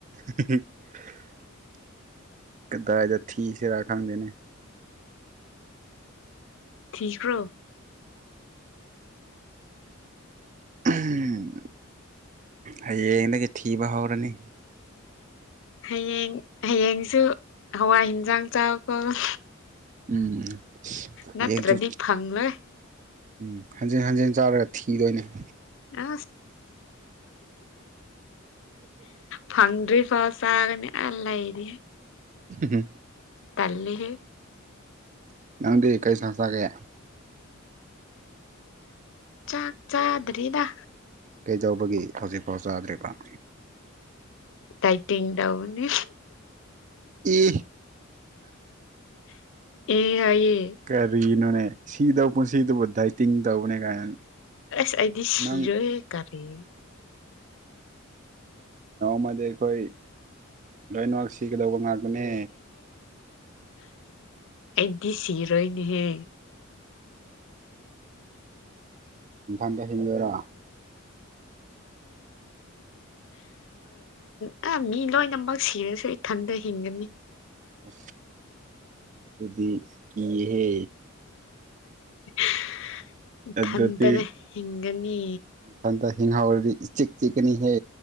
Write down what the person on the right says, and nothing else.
<unintelligible> ꯀꯗꯥꯏꯗ ꯊꯤ ꯁꯦꯔ ꯈꯪꯗꯅꯦ
ꯎꯝ ꯎꯝ ꯍꯌꯦꯡꯗꯒꯤ ꯊꯤꯕ ꯍꯧꯔꯅꯤ
ꯎꯝ ꯍꯌꯦꯡꯁꯨ
ꯎꯝ ꯍꯟꯖꯤꯟ ꯍꯟꯖꯤꯟ ꯆꯥꯔꯒ ꯊꯤꯗꯣꯏꯅꯦ
ꯎ
ꯅꯪꯗꯤ ꯀꯔꯤ ꯆꯥꯛ ꯆꯒꯦ
ꯀꯩꯗꯧꯕꯒꯤ ꯍꯧꯖꯤꯛꯐꯥꯎ ꯆꯥꯗ꯭ꯔꯤꯕ
ꯏ
ꯀꯔꯤꯅꯅꯦ ꯁꯤꯗ ꯄꯨ ꯁꯤꯗꯕꯨꯗꯥꯥꯏ ꯊꯤꯡ ꯗꯧꯅꯦꯒꯥꯏꯟ
ꯅꯪ
ꯃꯗꯤ ꯑꯩꯈꯣꯏ ꯂꯣꯏ ꯁꯤ ꯀꯗꯕ ꯉꯒꯅꯦ
ꯏ ꯐꯥꯟꯗ ꯍꯅꯕꯔꯣ
ꯑ ꯑꯗꯨꯗꯤ ꯀꯍꯦ
ꯑꯗꯨꯗꯤ
ꯃꯊꯟꯇ ꯍꯤꯡꯍꯥꯎꯔꯗꯤ ꯏ ꯆꯤꯛ ꯆꯤꯛꯀꯅꯤꯍꯦ